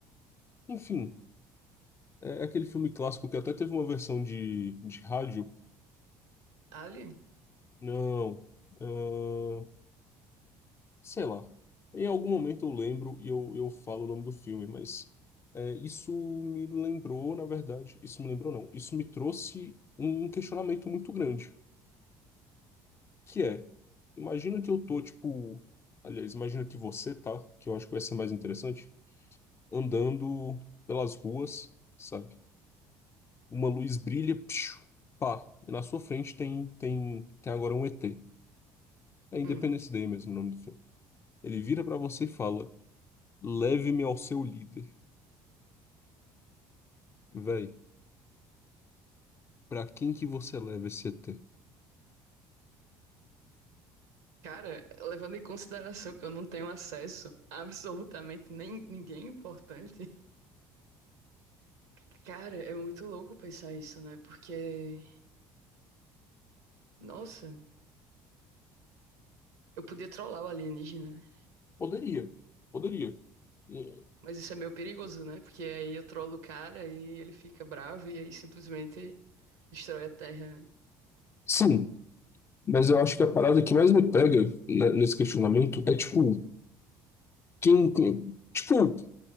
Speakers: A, on the left (about 35°); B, on the right (about 80°).
A: Enfim, é aquele filme clássico que até teve uma versão de, de rádio.
B: ali?
A: Não. ah, sei lá. Em algum momento eu lembro e eu, eu falo o nome do filme, mas é, isso me lembrou, na verdade, isso me lembrou não, isso me trouxe um questionamento muito grande, que é, imagina que eu tô, tipo, aliás, imagina que você tá, que eu acho que vai ser mais interessante, andando pelas ruas, sabe? Uma luz brilha, psiu, pá, e na sua frente tem, tem, tem agora um ET. É Independence
B: Hum.
A: Day mesmo o nome do filme. Ele vira pra você e fala, leve-me ao seu líder. Véi, pra quem que você leva esse ET?
B: Cara, levando em consideração que eu não tenho acesso a absolutamente nem ninguém importante, <laughs> cara, é muito louco pensar isso, né? Porque, nossa, eu podia trollar o alienígena, né?
A: Poderia, poderia. E-
B: mas isso é meio perigoso, né? Porque aí eu trollo o cara e ele fica bravo e aí simplesmente destrói a Terra, né?
A: Sim, mas eu acho que a parada que mais me pega né, nesse questionamento é tipo, quem. quem- Tipo,